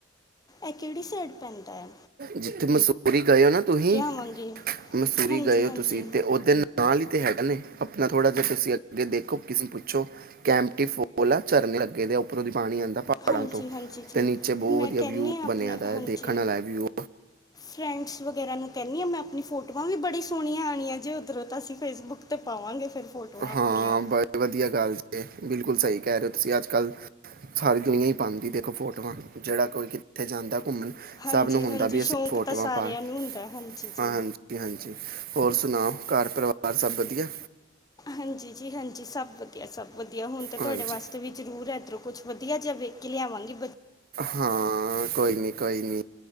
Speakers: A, on the left; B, on the right.
A: ਐ ਕੇ ੜੀ ਸਾਈੜ ਪੈਂਦਾ ਐ?
B: ਜਿੱਥੇ ਮਸੂਰੀ ਗਏ ਹੋ ਨਾ ਤੁਹੀ
A: ਆਵਾਂਗੇ
B: ਮਸੂਰੀ
A: ਹਾਂਜੀ
B: ਗਏ ਹੋ
A: ਹਾਂਜੀ
B: ਤੁਸੀਂ ਤੇ, ਓਦੇ ਨਾਲ ਹੀ ਤੇ ਹੈਗਾ ਨੇ। ਆਪਣਾ ਥੋੜਾ ਜਿਹਾ ਤੁਸੀਂ ਅੱਗੇ ਦੇਖੋ, ਕਿਸੇ ਨੂੰ ਪੁੱਛੋ ਕੈਂਮਟੀ ਫੋਲ ਆ, ਝਰਨੇ ਲੱਗੇ ਦੇ ਉੱਪਰੋਂ ਪਾਣੀ ਆਉਂਦਾ ਪਹਾੜਾਂ
A: ਹਾਂਜੀ
B: ਤੋਂ,
A: ਹਾਂਜੀ ਜੀ
B: ਤੇ ਨੀਚੇ ਬਹੁਤ
A: ਮੈਂ
B: ਵਧੀਆ
A: ਕਹਿੰਦੀ
B: ਵਿਊ
A: ਹਾਂ ਆਪਣੇ
B: ਬਣਿਆਦਾ ਹੈ,
A: ਹਾਂਜੀ
B: ਦੇਖਣ ਵਾਲਾ ਵਿਊ।
A: ਫਰੈਂਡਸ ਵਗੈਰਾ ਨੂੰ ਕਹਿੰਦੀ ਆ, ਮੈਂ ਆਪਣੀ ਫੋਟੋਆਂ ਵੀ ਬੜੀ ਸੋਹਣੀਆਂ ਆਣੀਆਂ ਜੇ, ਉਧਰੋਂ ਤਾਂ ਅਸੀ ਫੇਸਬੁੱਕ ਤੇ ਪਾਵਾਂਗੇ ਫਿਰ। ਫੋਟੋਆਂ ਆਪਣੀਆਂ
B: ਹਾਂ, ਬਡ ਵਧੀਆ ਗੱਲ ਜੇ। ਬਿਲਕੁਲ। ਸਹੀ ਕਹਿ ਰਹੇ ਹੋ ਤੁਸੀਂ। ਅੱਜ ਕੱਲ੍ਹ ਸਾਰੀ ਦੁਨੀਆ ਹੀ ਪਾਉਂਦੀ ਦੇਖੋ ਫੋਟੋਆਂ, ਜਿਹੜਾ ਕੋਈ ਕਿੱਥੇ ਜਾਂਦਾ। ਘੁੰਮਣਾ
A: ਹਾਂਜੀ
B: ਸਭ ਨੂੰ ਹੁੰਦਾ
A: ਹਾਂਜੀ
B: ਵੀ,
A: ਸ਼ੌਂਕ
B: ਅਸੀਂ ਫੋਟੋਆਂ
A: ਤਾਂ ਸਾਰਿਆਂ
B: ਪਾ ਲਈਏ।
A: ਨੂੰ ਹੁੰਦਾ ਹਾਂਜੀ ਜੀ
B: ਹਾਂ, ਹਾਂਜੀ! ਹਾਂਜੀ। ਹੋਰ ਸੁਣਾਓ? ਘਰ, ਪਰਿਵਾਰ ਸਭ ਵਧੀਆ।
A: ਹਾਂਜੀ, ਜੀ। ਹਾਂਜੀ। ਸਭ ਵਧੀਆ ਸਭ। ਵਧੀਆ ਹੋਣ ਤਾਂ, ਤੁਹਾਡੇ
B: ਹਾਂਜੀ
A: ਵਾਸਤੇ ਵੀ ਜ਼ਰੂਰ ਇਧਰੋਂ। ਕੁਛ ਵਧੀਆ, ਜਿਹਾ ਵੇਖ ਕੇ ਲਿਆਵਾਂਗੇ।
B: ਹਾਂ। ਕੋਈ ਨੀ ਕੋਈ ਨੀ।